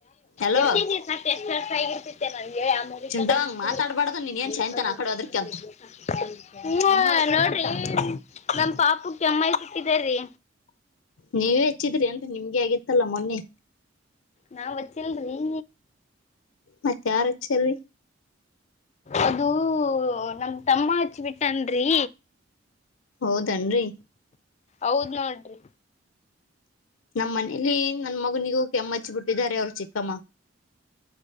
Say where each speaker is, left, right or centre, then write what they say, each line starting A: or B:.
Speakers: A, on the left; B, on the left.
A: ಹಲೋ
B: ಇಟತಿ ಗಿ ಸತ್ ಎಷ್ಟು ವರ್ಷ ಆಗ ಇರ್ತೆ ನನ್ಗೆ <unintelligible>
A: ಚಿಂಟಾಂಗ್ ಮಾತಾಡ್ಬಾರ್ದು ನೀನ್ ಏನ್ ಸಾಯಂತನ ಆ ಕಡೆ ಹೋದ್ರಕಿ ಅಂತ
B: <unintelligible> ಹೂ ನೋಡ್ರಿ ನಮ ಪಾಪುಗ ಕೆಮ್ಮು ಆಗ್ಬಿಟ್ಟಿದೆ ರೀ
A: ನೀವೇ ಹೆಚ್ಚಿದ್ರಿ ಅಂತ ನಿಮ್ಗೆ ಆಗಿತ್ತಲ್ಲಾ ಮೊನ್ನೆ
B: ನಾವ್ ಅಚ್ಚಿಲ್ರಿ ನೀ
A: ಮತ್ತ ಯಾರ ಹಚ್ಚರೀ
B: ಅದು ನಮ್ ತಮ್ಮ ಹಚ್ಬಿಟ್ಟನ್ರಿ
A: ಹೌದನ್ರಿ
B: ಹೌದ್ ನೋಡ್ರಿ
A: ನಮ್ಮ್ ಮನೇಲಿ ನನ್ ಮಗನಿಗೂ ಕೆಮ್ಮ ಹಚ್ಚಿ ಬಿಟ್ಟಿದ್ದಾರೆ ಅವ್ರು ಚಿಕ್ಕಮ್ಮ